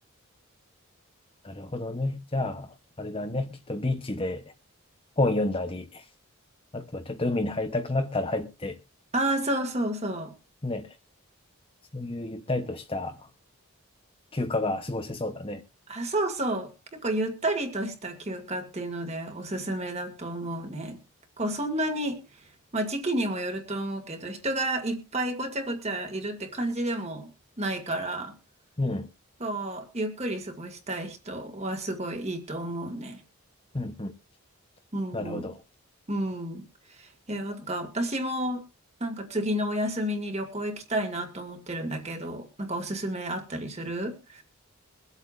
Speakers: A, on the left; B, on the right.
A: なるほどね。じゃあ、あれだね。きっとビーチで本読んだり、あとはちょっと海に入りたくなったら入って、
B: ああ、そうそうそう。
A: ね。そういうゆったりとした休暇が過ごせそうだね。
B: あ、そうそう。結構ゆったりとした休暇っていうのでおすすめだと思うね。こう、そんなに、まあ時期にもよると思うけど、人がいっぱいごちゃごちゃいるって感じでもないから、
A: うん。
B: こう、ゆっくり過ごしたい人はすごいいいと思うね。
A: うん。うん。
B: うんうん。
A: なるほど。
B: うん。え、なんか私もなんか次のお休みに旅行行きたいなと思ってるんだけど、なんかおすすめあったりする